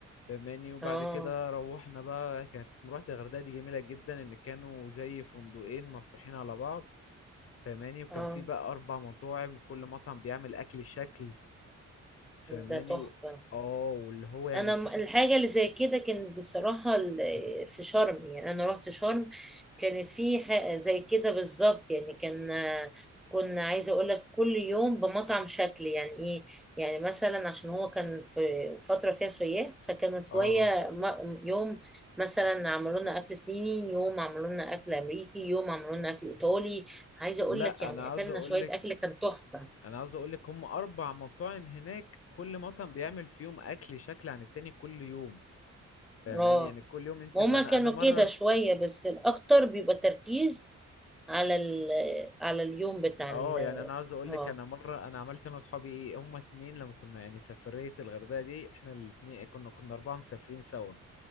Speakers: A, on the left; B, in the centre.
A: فماني وبعد
B: اه
A: كده روحنا بقى كانت مروحة الغردقة دي جميلة جدا ان كانوا زي فندقين مفتوحين على بعض فماني وكان
B: اه
A: في بقى اربع مطاعم وكل مطعم بيعمل اكل شكل فماني
B: ده تحفة
A: و... اه واللي هو يعني
B: انا م- الحاجه اللي زي كده كانت بصراحه ال- في شرم يعني انا رحت شرم كانت في ح- زي كده بالظبط يعني كان كنا عايزه اقول لك كل يوم بمطعم شكل يعني ايه يعني مثلا عشان هو كان في فتره فيها سياح فكانوا شويه
A: اه
B: م- يوم مثلا عملوا لنا اكل صيني يوم عملوا لنا اكل امريكي يوم عملوا لنا اكل ايطالي عايزه اقول
A: لا
B: لك يعني
A: انا عاوز
B: اكلنا
A: اقولك
B: شويه اكل كان تحفه
A: انا عاوز اقول لك هم اربع مطاعم هناك كل مطعم بيعمل فيهم اكل شكل عن التاني كل يوم فاهماني
B: اه
A: يعني كل يوم انت
B: وهما
A: ب... انا
B: كانوا
A: انا مره
B: كده شوية بس الأكتر بيبقى تركيز على ال على اليوم بتاع
A: اه
B: ال
A: يعني انا عاوز اقول
B: اه
A: لك انا مره انا عملت انا واصحابي ايه هم اتنين لما كنا يعني سفريه الغردقه دي احنا الاتنين كنا كنا اربعه مسافرين سوا